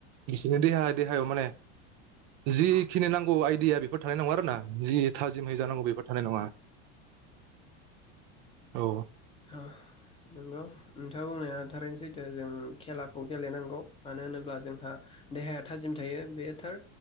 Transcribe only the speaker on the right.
बिसोरनि देहा देहायाव माने जिखिनि नांगौ आइदिया बेफोर थानाय नङा आरोना। जि थाजिमै जानांगौ बेबो थानाय नङा। औ